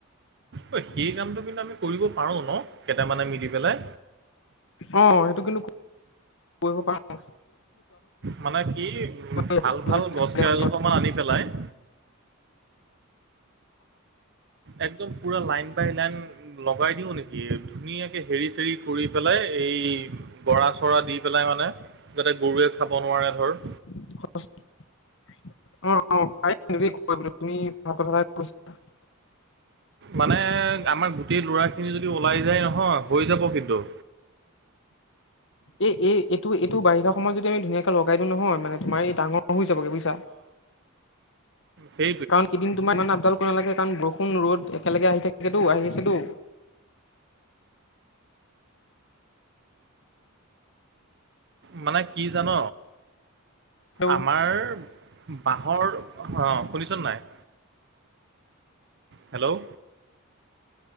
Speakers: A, on the right; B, on the left.
A: অই, সেই কামটো কিন্তু আমি কৰিব পাৰোঁ ন' কেইটামানে মিলি পেলাই।
B: অ', সেইটো কিন্তু কৰিব প না
A: মানে কি? উম,
B: ৰাস্তাটো
A: ভাল, ভাল
B: যে চাইডে
A: গছ কেইজোপা
B: হয়।
A: মান আনি পেলাই <unintelligible> একদম পুৰা লাইন বাই লাইন লগাই দিওঁ নিকি? ধুনীয়াকে হেৰি, চেৰি কৰি পেলাই। এই বৰা-চৰা দি পেলাই মানে। যাতে গৰুৱে খাব নোৱাৰে ধৰ।
B: অ', <inaudible> <unintelligible>
A: মানে, আমাৰ গোটেই ল'ৰা খিনি যদি ওলাই যায় নহয়, হৈ যাব কিন্তু।
B: এ, এই এইটো, এইটো বাৰিষা সময়ত যদি আমি ধুনীয়াকে লগ <unintelligible> নহয়, মানে তোমাৰ এই ডাঙৰ হৈ যাবগে বুজিছা।
A: স
B: কাৰণ কেইদিন তোমাৰ মানে আপডাল কৰিব নালাগে। কাৰণ বৰুণ-ৰ'দ একেলগে আহি থাকেতো, আহি আছেতো।
A: মানে কি জান
B: হেল্ল'
A: আমাৰ বাঁহৰ, অ' শুনিছনে নাই? হেল্ল'